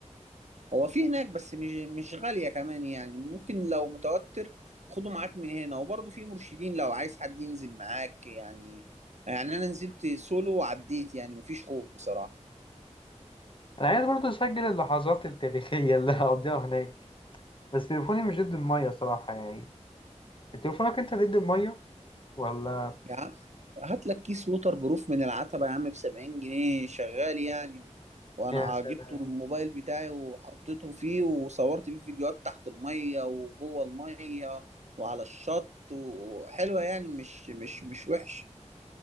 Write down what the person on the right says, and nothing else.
هو في هناك بس مش مش غالية كمان يعني ممكن لو متوتر خده معاك من هنا وبرضه في مرشدين لو عايز حد ينزل معاك يعني يعني أنا نزلت سولو وعديت يعني مفيش خوف بصراحة
يعني هات لك كيس ووتر بروف من العتبة يا عم ب 70 جنيه شغال يعني وأنا
جبته الموبايل بتاعي وحطيته فيه وصورت بيه فيديوهات تحت المية وجوه المية وعلى الشط وحلوة يعني مش مش مش وحش